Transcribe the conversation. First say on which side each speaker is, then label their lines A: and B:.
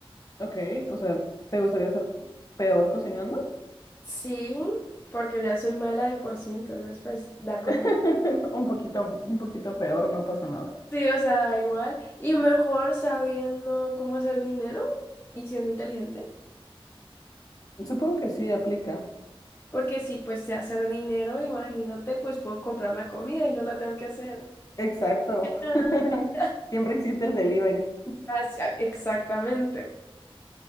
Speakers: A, on the left; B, on the left.
A: Ok, o sea, ¿te gustaría ser peor cocinando?
B: Sí, porque ya soy mala de por sí, entonces pues da
A: <laughs>
B: como...
A: Un poquito, un poquito peor, no pasa nada.
B: Sí, o sea, da igual. Y mejor sabiendo cómo hacer dinero y siendo inteligente.
A: Supongo que sí aplica.
B: Porque si pues sé hacer dinero, imagínate, pues puedo comprar la comida y no la tengo que hacer.
A: Exacto.
B: Ah,
A: <laughs>
B: <laughs>
A: Siempre existe el delivery.
B: así- ah, Exactamente.